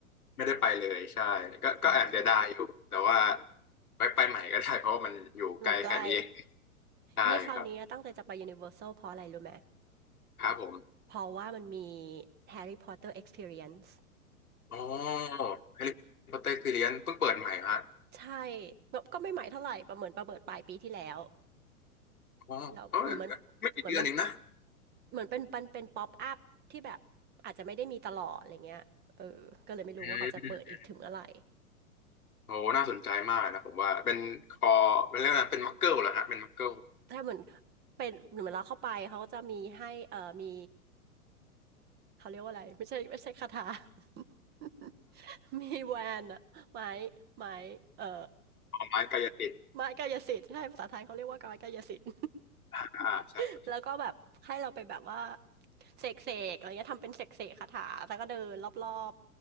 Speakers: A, on the left (about 75°); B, on the right (about 25°).
A: ไม่ได้ไปเลยใช่ก็ก็แอบเสียดายอยู่แต่ว่า
B: อืม
A: ไปไปใหม่ก็ได้เพราะว่ามันอยู่ไกลแค่นี้เอง
B: มันใกล้
A: ใช่ครับ
B: นี่คราวนี้ตั้งใจจะไปยูนิเวอร์แซลเพราะอะไรรู้ไหม
A: ครับผม
B: เพราะว่ามันมีแฮร์รี่พอตเตอร์ Experience
A: อ๋อแฮร์รี่พอตเตอร์คือเรียนเพิ่งเปิดใหม่ฮะ
B: ใช่แบบก็ไม่ใหม่เท่าไหร่ประเมินประเมินปลายปีที่แล้ว
A: อ๋อเอ้ย
B: แล้วเหมือนมันเหมือนมัน
A: ไม่กี่เดือนเองนะ
B: เหมือนเป็นเป็นเป็นป๊อปอัพที่แบบอาจจะไม่ได้มีตลอดอะไรเงี้ยเออก็เลยไม่รู้ว่าเขาจะเปิดอีกถึงเมื่อไหร่
A: อืมโอน่าสนใจมากนะผมว่าเป็นคอเป็นเรื่องนะไรเป็นมักเกิลเหรอฮะเป็นมักเกิล
B: ถ้าเหมือนเป็นเหมือนเราเข้าไปเขาก็จะมีให้เอ่อมี เขาเรียกว่าอะไรไม่ใช่ไม่ใช่คาถา <laughs> มีแวนอะไม้ไม้เอ่อ
A: เอาไม้กายสิทธิ์
B: <laughs> ไม้กายสิทธิ์ใช่ภาษาไทยเขาเรียกว่าไม้กายสิทธิ์
A: อ่าใช่ครับใช่
B: <laughs> แล้วก็แบบให้เราไปแบบว่าเสกเสกอะไรเงี้ยทำเป็นเสกเสกคาถาแล้วก็เดินรอบ